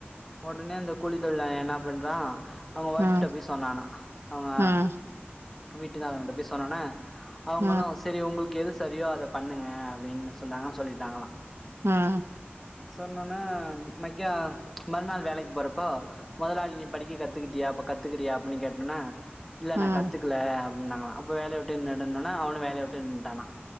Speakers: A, in the centre; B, on the right.
A: உடனே அந்த கூலித் தொழிலாளி என்ன பண்றா அவுங்க ஒய்ஃப்ட்ட
B: ம்
A: போய் சொன்னானா அவுங்க
B: ம்
A: வீட்டுக்காரவங்கட்ட போய் சொன்னோன அவுங்களு
B: ம்
A: செரி உங்களுக்கு எது சரியோ அத பண்ணுங்க அப்டின்னு சொன்னாங்க சொல்லிட்டாங்களா
B: ம்
A: சொன்னோன்ன மைக்கா மறுநாள் வேலைக்கு போறப்போ மொதலாளி நீ படிக்க கத்துக்கிட்டியா அப்ப கத் துக்கிறாயா அப்டினு கேட் டோன்னா இல்ல
B: ம்
A: நா கத்துக்கல அப் ன்னாங்ளா அப்போ வேலய உட்டு நின்னுடுன்னோனே அவனு வேலய வுட்டு நின்ட்டானா